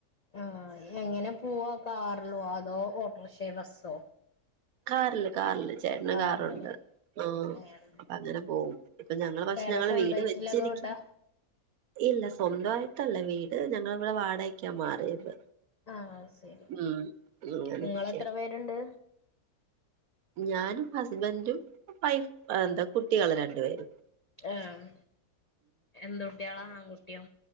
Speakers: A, on the left; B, on the right.
A: ആഹ് എങ്ങനെ പോവാ കാറ്ലോ അതോ ഓട്ടോർക്ഷ ബസ്സോ?
B: കാർല് കാർല് ചേട്ടന്
A: കാറിലല്ലേ
B: കാറുണ്ട് ആ.
A: അങ്ങനെയാണ്
B: അപ്പൊ അങ്ങനെ പോവും ഇപ്പൊ ഞങ്ങള് പക്ഷെ
A: പേര
B: ഞങ്ങള്
A: സ്വന്തമായിട്ടുള്ള
B: വീട് വെച്ചിരിക്കും
A: വീടാ
B: ഇല്ല സ്വന്തായിട്ടല്ല വീട് ഞങ്ങളിവിടെ വാടകക്കാ മാറിയത്.
A: ആഹ് സെരി
B: ഉം അങ്ങനെരിക്ക
A: നിങ്ങളെത്ര പേര്ണ്ട്?
B: ഞാനും ഹസ്ബന്റും വൈഫ് എന്താ കുട്ടികള് രണ്ട്പേരും.
A: ആഹ് എന്ത് കുട്ട്യാളാ ആൺകുട്ട്യോ?